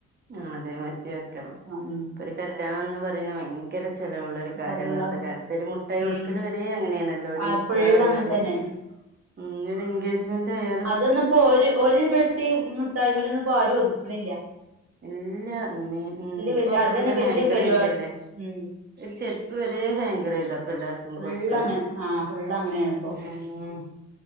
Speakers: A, on the right (about 35°); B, on the right (about 50°).
A: ആഹ് അതെ മാറ്റി വെക്കണം
B: ഉം
A: ഇപ്പൊ ഒരു കല്യാണം എന്ന് പറയുന്നത് ഭയങ്കര ചെലവുള്ള ഒരു കാര്യം
B: ചതവിള
A: ഇന്നത്തെ കാലത്ത് ഒരു മുട്ടായി
B: ഉം
A: കൊടുക്കല് വരെ അങ്ങനെയാണല്ലോ ഒരു
B: അത്
A: നിക്കാഹ്‌
B: ഫുള്ള്
A: ആയാലും
B: അങ്ങനെ തന്നെയാണ്
A: ഉം ഒരു എൻഗേജ്മെന്റ് <unintelligible>
B: അത് ഇന്ന്പ്പോ ഒരു ഒരു പെട്ടി മുട്ടായ്മൽ ഒന്നും ഇപ്പോ ആരും ഒതു ക്ക്‌ണില്ല
A: ഇല്ല ഇപ്പൊ
B: വല്യ
A: ഫുള്ള്
B: അതന്നെ വല്യ
A: ഹാങ്കർയ്യല്ലേ
B: പരിപാടി ഉം
A: ചെരുപ്പ് വരെ ഹാങ്കർ ചെയ്താപ്പ എല്ലാർക്കും
B: ഫുള്ള്
A: കൊടുക്കണ
B: അങ്ങനെ ആഹ് ഫുള്ള് അങ്ങനെയാണ് ഇപ്പോ
A: ഉം